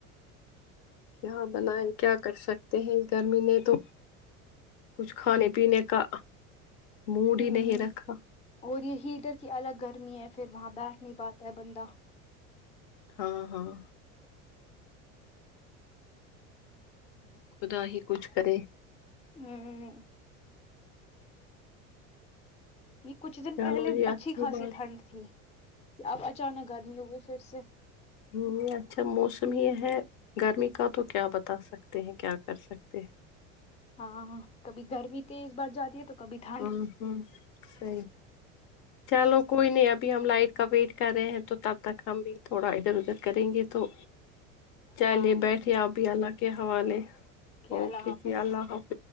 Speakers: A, on the left; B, on the left.
A: کیااں بناائے کیا کر سکتے ہیں گرمی میں تو کچھ کھانے پینے کا موڈ ہی
B: ہوں
A: نہیں رکھا
B: اور یہ ہیٹر کی الگ گرمی ہے پھر وہاں بیٹھ نہیں پاتا ہے بندہ
A: ہاں ہاں خدا ہی کچھ کرے
B: ہمم یے کچھ دن
A: چلو
B: پہلے
A: یہ
B: اچھی خاصی
A: بات
B: ٹھنڈ تھی کی اب اچانک گرمی ہوگئی پھر سے
A: ہمم اچھا موسم یے ہے گرمی کا تو کیا بتا سکتے ہیں کیا کر سکتے ہیں
B: ہاں ہاں کبھی گرمی تیز بڑھ جاتی ہے تو کبھی ٹھنڈ
A: آمم ہمم سہی چلو کوئی نہیں ابھی ہم لائٹ کا ویٹ کر رہے ہیں تو تب تک ہم بھی تھوڑا ادھر ادھر کریں گے تو چلے
B: ہاں
A: بیٹھے اپ بھی اللہ کے حوالے اوکے
B: اللہ حافظ
A: ثھر اللہ حافظ